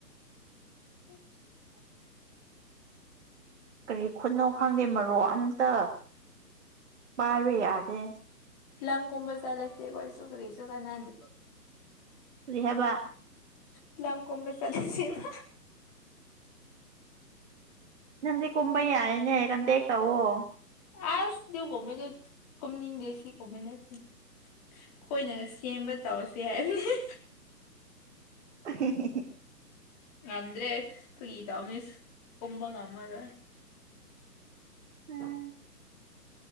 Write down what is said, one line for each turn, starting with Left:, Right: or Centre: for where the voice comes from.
Left: <unintelligible>
Right: ꯀꯔꯤ ꯈꯨꯠꯅꯣ ꯈꯪꯗꯦ ꯃꯔꯣꯛ ꯑꯝꯇ ꯄꯥꯏꯕ ꯌꯥꯗꯦ
Left: ꯂꯝ ꯀꯝꯕꯜ ꯆꯂꯁꯤꯦꯒꯁꯨꯈ꯭ꯔꯔꯤꯁꯨ ꯀꯅꯥꯗ꯭ꯔꯦ
Right: ꯔꯤꯍꯕ
Left: ꯏ ꯂ ꯑꯃ ꯀꯣꯝꯕ ꯆꯂꯁꯤꯕ
Right: ꯅꯗꯤ ꯀꯨꯝꯕꯩ ꯌꯥꯏꯅꯦ ꯀꯟꯇꯦꯛ ꯇꯧꯋ
Left: ꯑꯁ ꯊ ꯀꯣꯃꯦꯗ ꯀꯃꯅꯤ ꯗꯦꯁꯤ ꯀꯣꯃꯅꯠꯇ ꯑꯩꯈꯣꯏꯅ ꯁꯦꯝꯕ ꯇꯧꯔꯁꯦ ꯍꯥꯏꯕꯗꯤ
Right: ꯑꯍꯦꯍꯦꯍꯦ
Left: ꯉꯝꯗ꯭ꯔꯦ ꯐꯒꯤ ꯇ ꯃꯤꯁ ꯀꯨꯝꯕ ꯉꯝꯃꯔꯣꯏ
Right: ꯎꯝ